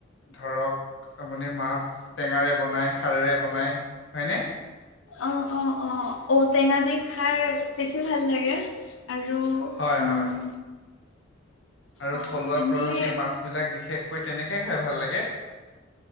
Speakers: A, on the left (about 65°); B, on the left (about 80°).
A: ধৰক, আপুনি মাছ টেঙাৰে বনায়, খাৰেৰে বনায়, হয়নে?
B: অ', অ', অ'। ঔ-টেঙা দি খাই, বেছি ভাল লাগে। আৰু
A: হয়-হয়।
B: উম
A: আৰু,
B: অ
A: থলুৱা
B: এনেই
A: প্ৰজাতিৰ মাছবিলাক, বিশেষকৈ, তেনেকৈ খাই ভাল লাগে।